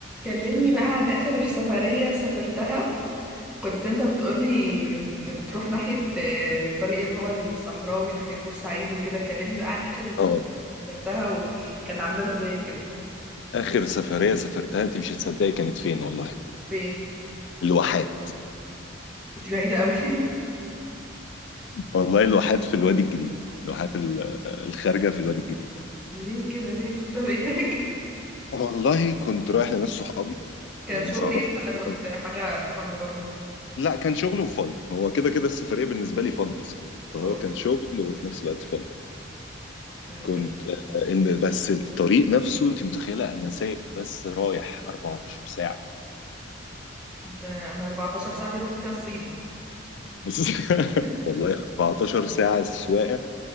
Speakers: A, in the centre; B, on the left.
A: كلمني بقى عن آخر سفرية سافرتها كنت انت بتقولي إن بت- إن بتروح ناحية آه، الطريق اللي هو الصحراوي ناحية بورسعيد وكده كلمني بقى عن آخر سفرية
B: اه
A: سافرتها وكانت عاملة ازاي كده
B: اخر سفريه سافرتها انت مش هتصدقي كانت فين والله
A: فين
B: الواحات
A: كنت بعيدة قوي <laughs>
B: والله الواحات في الوادي الجديد الواحات ال- الخارجه في الوادي الجديد
A: ليه كده ليه كنت بعمل ايه هناك <laughs>
B: والله كنت رايح لناس صحابي
A: كان
B: هم ناس
A: شغل
B: اعرفها
A: يعني ولا كنت
B: كده
A: حاجة فن برضو
B: لا كان شغل وفن هو كده كده السفريه بالنسبه لي فن اصلا فهو
A: اوكي
B: كان شغل وفي نفس الوقت فن
A: تمام
B: كنت آه، الم- بس الطريق نفسه انت متخيله انا سايق بس رايح 14 ساعه
A: ده انا 14 ساعة دي رحت فيها الصين
B: بس <laughs>
A: <laughs>
B: والله 14 ساعه سواقه